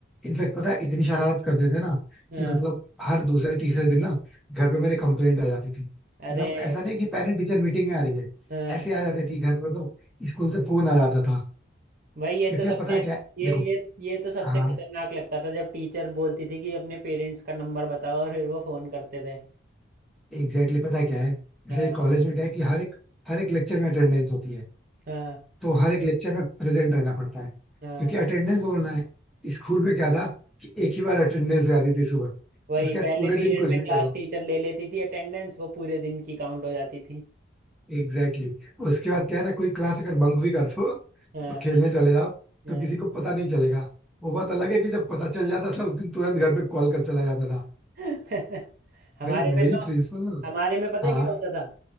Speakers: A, in the centre; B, on the right.
A: इनफेक्ट पता है इतनी शरारत करते थे ना
B: हाँ
A: कि मतलब हर दूसरे तीसरे दिन ना घर पे मेरे कंप्लेंट आ जाती थी मतलब
B: अरे
A: ऐसा नहीं कि पेरेंट टीचर मीटिंग में आ रही है
B: हाँ
A: ऐसे आ जाती थी घर मतलब स्कूल से फोन आ जाता था
B: भाई ये
A: क्योंकि
B: तो सबसे
A: अब पता है क्या है?
B: ये
A: देखो
B: ये ये तो सबसे
A: हाँ
B: खतरनाक लगता था जब टीचर बोलती थी कि अपने पेरेंट्स का नंबर बताओ और फिर वो फोन करते थे
A: एग्जैक्टली exactly पता है क्या है जैसे
B: हाँ
A: कॉलेज में क्या है कि हर एक हर एक लेक्चर में अटेंडेंस होती है
B: हाँ
A: तो हर एक लेक्चर में प्रेजेंट रहना पड़ता है
B: हाँ
A: क्योंकि अटेंडेंस बोलना है स्कूल में क्या था कि एक ही बार अटेंडेंस आती थी सुबह
B: वही
A: उसके बाद
B: पहले
A: पूरे
B: पीरियड
A: दिन कुछ
B: में
A: भी
B: क्लास
A: करो
B: टीचर ले लेती थी अटेंडेंस वो पूरे दिन की काउंट हो जाती थी
A: Exactly exactly. उसके बाद क्या है ना कोई क्लास अगर बंक भी कर दो
B: हाँ
A: खेलने चले जाओ तो
B: हाँ
A: किसी को पता नहीं चलेगा वो बात अलग है कि जब पता चल जाता था उस दिन तुरंत घर पे कॉल कर चला जाता था
B: <laughs> हमारे
A: भाई मेरी
B: में तो
A: प्रिंसिपल ना
B: हमारे में पता है
A: हाँ
B: क्या होता था